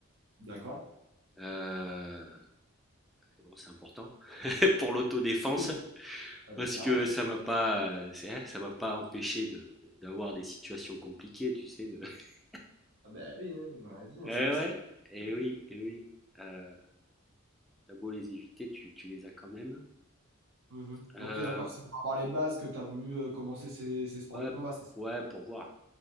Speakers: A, on the right; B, in the centre.
A: d'accord.
B: Euh, et bon, c'est important <laughs> pour l'autodéfense.
A: Oui. Ah ben
B: Parce
A: clairement.
B: que ça m'a pas, euh, c'est- hein, ça m'a pas empêché de, de- d'avoir des situations compliquées, tu sais. De... <laughs>
A: Ah ben oui, hein, dans la vie, on
B: Eh
A: sait pas
B: ouais,
A: ce qu'il
B: et
A: fait.
B: oui, et oui. Euh, t'as beau les éviter, tu, tu les as quand même.
A: Mhm.
B: Euh,
A: Ok, d'accord. C'est pour avoir les bases que tu as voulu euh, commencer ces, ces sports
B: ouais,
A: de combat, c'est ça?
B: ouais, pour voir.